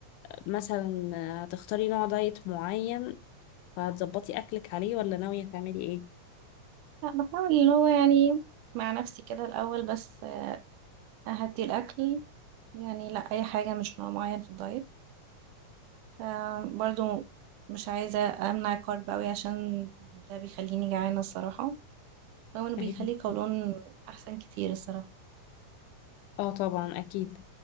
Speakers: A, on the left; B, on the right.
A: مثلا هتختاري نوع دايت معين فهتظبطي اكلك عليه ولا ناوية تعملي ايه؟
B: لا بحاول اللي هو يعني مع نفسي كده الأول بس أهدي الأكل يعني لا أي حاجة مش نوع معين في الدايت فبرضه مش عايزة أمنع كارب أوي عشان ده بيخليني جعانة الصراحة رغم إنه بيخلي
A: أيوة.
B: قولون أحسن كتير الصراحة
A: اه طبعا اكيد